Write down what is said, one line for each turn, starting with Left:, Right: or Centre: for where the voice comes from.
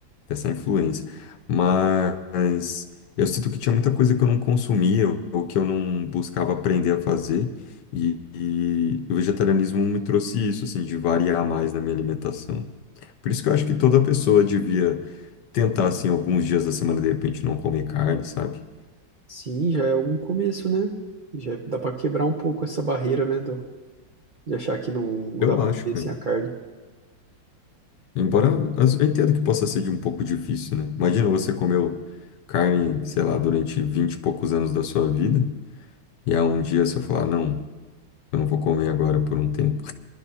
Left: dessa influência. Mas eu sinto que tinha muita coisa que eu não consumia ou que eu não buscava aprender a fazer. E, e o vegetarianismo me trouxe isso, assim, de variar mais na minha alimentação. Por isso que eu acho que toda pessoa devia tentar, assim, alguns dias da semana, de repente, não comer carne, sabe?
Right: sim, já é algum começo, né? Já dá para quebrar um pouco essa barreira, né, do, de achar que não, não
Left: Eu
Right: dá para
Left: acho,
Right: viver
Left: cara.
Right: sem a carne.
Left: Embora as- eu entendo que possa ser de um pouco difícil, né? Imagina você comeu carne, sei lá, durante 20 e poucos anos da sua vida, e há um dia você falar, não, eu não vou comer agora por um tempo.